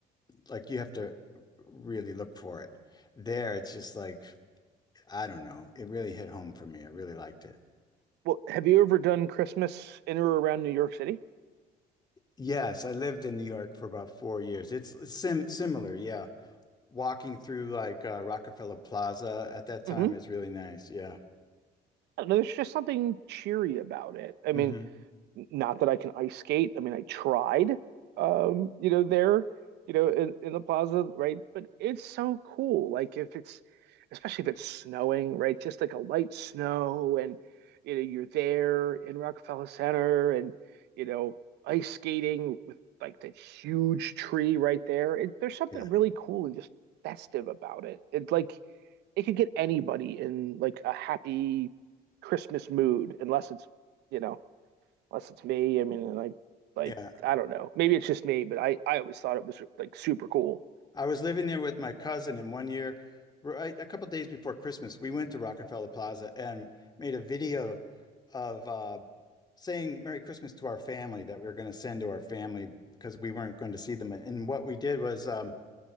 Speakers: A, on the left; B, on the right.
A: like you have to really look for it. There, it's just like, I don't know. It really hit home for me. I really liked it.
B: Well, have you ever done Christmas in or around New York City?
A: Yes, I lived in New York for about four years. It's sim similar, yeah. Walking through like uh, Rockefeller Plaza at that time
B: Mm-hmm.
A: is really nice. Yeah.
B: I don't know, There's just something cheery about it. I
A: hmm
B: mean, Not that I can ice skate. I mean, I tried, um, you know, there, you know, in, in the plaza, right? But it's so cool. Like if it's, especially if it's snowing, right? Just like a light snow and, you know, you're there in Rockefeller Center and, you know, ice skating with like that huge tree right there. It, there's something
A: Yeah.
B: really cool and just festive about it. It's like it could get anybody in like a happy Christmas mood, unless it's, you know, unless it's me. I mean, and I like
A: Yeah.
B: I don't know. Maybe it's just me, but I I always thought it was like super cool.
A: I was living there with my cousin, and one year, right, a couple days before Christmas, we went to Rockefeller Plaza and made a video of uh, saying Merry Christmas to our family that we were going to send to our family because we weren't going to see them. And what we did was um,